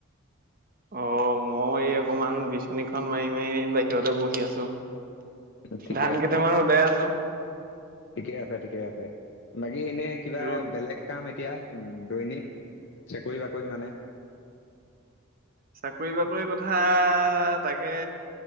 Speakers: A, on the right; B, on the left.
A: অ' মই এই অকমান বিচনীখন মাৰি মাৰি ব সিহঁতে বহি আছো।
B: ঠিকে
A: ধান
B: আছে
A: কেইটামান উদাই আছো।
B: ঠিকে আছে, ঠিকে আছে। বাকী এনেই কিবা
A: ৰ'দ
B: বেলেগ কাম এতিয়া, দৈনিক চাকৰি বাকৰি মানে
A: চাকৰি বাকৰি কথা তাকে